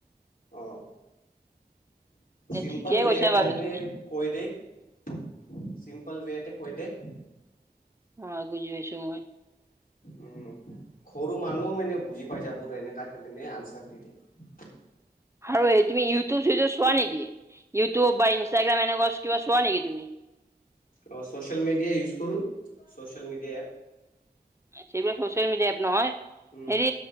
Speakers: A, on the left; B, on the right.
A: অহ ।
B: এ
A: চিম্পল
B: ঠিকেই
A: ৱে
B: কৈছা
A: এটা
B: বাৰু
A: মানে
B: তুমি
A: কৈ দে । চিম্পল ৱেতে কৈদে ।
B: অ আ বুজি পাইছো মই ।
A: উম । সৰু মানুহ মানে বুজি পাই যাব এনে কাকে মানে আনচাৰ দি দে ।
B: আৰু তুমি ইউটিউব ভিডি চোৱা নেকি? ইউটিউব বা ইনষ্টাগ্ৰাম এনেকুৱা কিবা চোৱা নেকি তুমি?
A: অ ছ'চিয়েল মিডিয়া ইউজ কৰো, ছচিয়েল মিডিয়া এপ ।
B: সেইবিলাক চচিয়েল মিডিয়াত নহয় ।
A: উম,
B: হেৰি